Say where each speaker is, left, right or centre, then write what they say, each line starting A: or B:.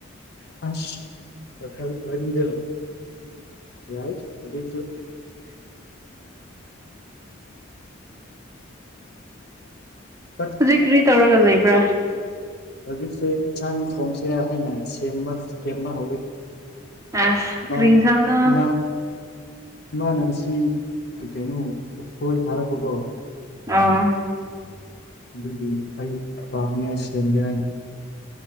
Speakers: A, on the left; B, on the right.
A: ꯑꯁ ꯋꯥꯈꯜ ꯋꯥꯔꯤꯗꯣ ꯌꯥꯥꯏ ꯑꯗꯨꯁꯨ ꯎꯝ
B: ꯍꯧꯖꯤꯛ ꯀꯔꯤ ꯇꯧꯔꯒ ꯂꯩꯕ꯭ꯔꯥ
A: ꯍꯧꯖꯤꯛꯁꯦ ꯌꯦꯟꯁꯥꯡ ꯊꯣꯡꯁꯦꯔꯅ ꯁꯦꯝꯕ ꯁꯦꯝꯕ ꯍꯧꯔꯤ
B: ꯑꯁ
A: ꯏꯃ
B: ꯀꯔꯤ ꯏꯟꯁꯥꯡꯅꯣ
A: ꯏꯃ ꯏꯃꯥꯟꯅꯕꯁꯤ ꯀꯩ ꯀꯩꯅꯣ ꯎꯁꯣꯏ ꯊꯥꯔꯛꯄꯒꯣ
B: ꯑꯥ
A: ꯕꯤ ꯐꯃꯤꯒ